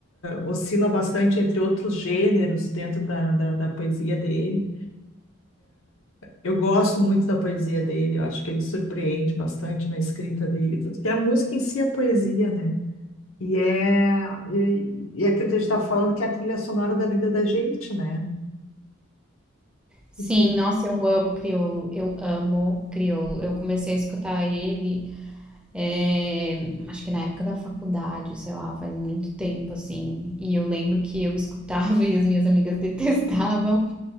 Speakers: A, on the left (about 80°); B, in the centre.
A: oscila bastante entre outros gêneros dentro da, da, da poesia dele. Eu gosto muito da poesia dele, eu acho que ele surpreende bastante na escrita dele, porque a música em si é poesia, né? E é, e, e é aquilo que a gente estava falando, que é a trilha sonora da vida da gente, né?
B: Sim,
A: O que
B: nossa, eu amo Criolo, eu amo Criolo. Eu comecei a escutar ele É, acho que na época da faculdade, sei lá, faz muito tempo assim. E eu lembro que eu <laughs> escutava e as minhas amigas detestavam,